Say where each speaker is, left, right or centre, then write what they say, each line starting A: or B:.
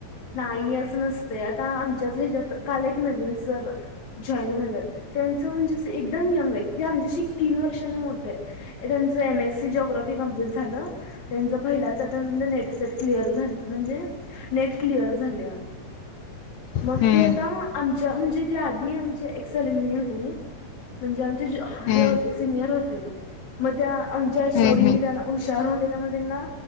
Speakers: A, on the left (about 60°); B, on the left (about 80°).
A: नाही अस नसतय आता आमच्याच ह्याच्यात काल एक नवीन सर जॉईन झाल्यात त्यांचं म्हणजे एकदम यंग आहे क आमच्याशी तीन वर्षांनी मोठ आहे त्यांच एम एस सी जॉग कंप्लिट झाल तेंच पहिल्याच टर्म मधे नेट क्लिअर झाल म्हणजे नेट क्लिअर झाल्या
B: हम्म
A: मग ते आता आमच्या म्हणजे ते आधी आमचे एक्सलिमिनी होते म्हणजे आमचे हायर
B: हम्म
A: होते सिनियर होते ते मग त्या आमच्या एच
B: हम्म
A: ओ डि नी
B: हम्म
A: त्यांना हुशार होत त्यामुळ तेंना